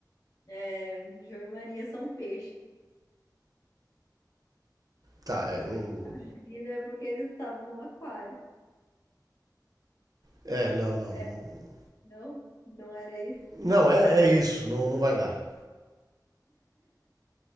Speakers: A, on the left; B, on the right.
A: é, João e Maria são peixes.
B: Tá, é,
A: E
B: não.
A: o de é porque eles estavam no aquário.
B: É, não, não.
A: É,
B: Não,
A: Não? Não era isso?
B: não é, é isso, não, não vai dar.